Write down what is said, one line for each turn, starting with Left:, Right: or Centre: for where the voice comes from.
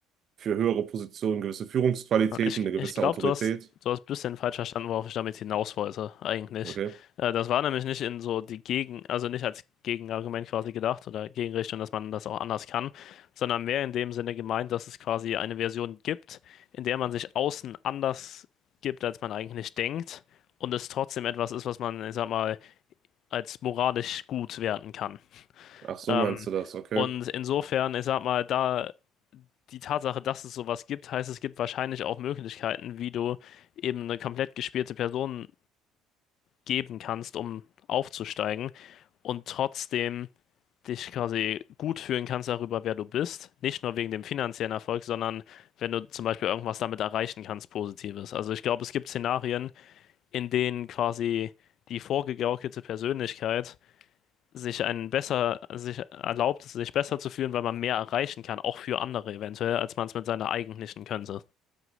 Right: für höhere Positionen gewisse Führungsqualitäten,
Left: Ich,
Right: eine gewisse
Left: ich glaube,
Right: Autorität.
Left: du hast, du hast ein bisschen falsch verstanden, worauf ich damit hinaus wollte, eigentlich.
Right: Okay.
Left: Äh, das war nämlich nicht in so die Gegen, also nicht als Gegenargument quasi gedacht oder Gegenrichtung, dass man das auch anders kann, sondern mehr in dem Sinne gemeint, dass es quasi eine Version gibt, in der man sich außen anders gibt, als man eigentlich denkt und es trotzdem etwas ist, was man, ich sag mal, als moralisch gut werten kann.
Right: Ach so,
Left: Ähm,
Right: meinst du das, okay.
Left: und insofern, ich sag mal, da die Tatsache, dass es sowas gibt, heißt, es gibt wahrscheinlich auch Möglichkeiten, wie du eben eine komplett gespielte Person geben kannst, um aufzusteigen und trotzdem dich quasi gut fühlen kannst darüber, wer du bist. Nicht nur wegen dem finanziellen Erfolg, sondern wenn du zum Beispiel irgendwas damit erreichen kannst, Positives. Also ich glaube, es gibt Szenarien, in denen quasi die vorgegaukelte Persönlichkeit sich einen besser, sich erlaubt, sich besser zu fühlen, weil man mehr erreichen kann, auch für andere eventuell, als man es mit seiner eigentlichen Könnte.